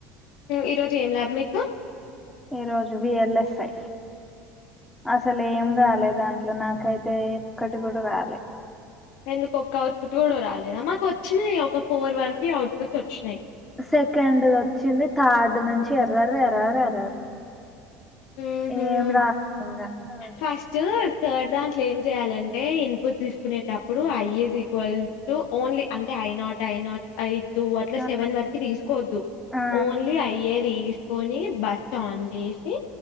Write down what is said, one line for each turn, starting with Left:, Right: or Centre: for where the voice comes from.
Left: ఈ రోజు ఏం లాబ్ మీకు
Centre: ఈ రోజు విఎల్ఎస్ ఐ అసలు ఏం గాలేదు దాంట్లో నాకైతే ఒక్కటి కూడా రాలే
Left: ఎందుకు ఒక్క అవుట్పుట్ కూడా రాలేదా మాకు వచ్చినాయి ఒక ఫోర్ వరకు అవుట్ పుట్స్ వచ్చినాయి
Centre: సెకండ్ది వచ్చింది థర్డ్ నుంచి ఎర్రర్ ఎర్రర్ ఎర్రర్
Left: ఉహు
Centre: ఏం రాజం <unintelligible> గా
Left: ఫస్ట్ థర్డ్ దాంట్లో ఏం చేయాలంటే ఇన్పుట్ తీసుకునేటప్పుడు ఐఈజ్ ఈక్వల్స్ టు ఓన్లీ అంటే ఐనాట్ ఐనాట్ ఐ టూ అట్లా
Centre: ఆ
Left: సెవెన్ వరకి తీసుకోవద్దు
Centre: ఆ
Left: ఓన్లీ అయ్యేది తీసుకొని బస్ ఆన్ చేసి